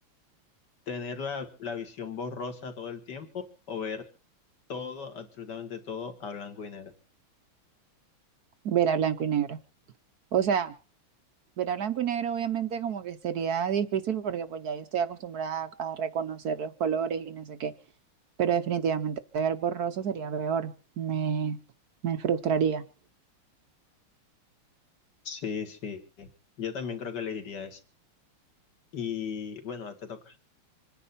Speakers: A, on the left; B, on the right.
A: ¿Tener la, la visión borrosa todo el tiempo o ver todo, absolutamente todo, a blanco y negro?
B: ver a blanco y negro. O sea, ver a blanco y negro obviamente como que sería difícil porque pues ya yo estoy acostumbrada a, a reconocer los colores y no sé qué, pero definitivamente ver borroso sería peor. Me, me frustraría.
A: Sí, sí. Yo también creo que elegiría eso. Y bueno, te toca.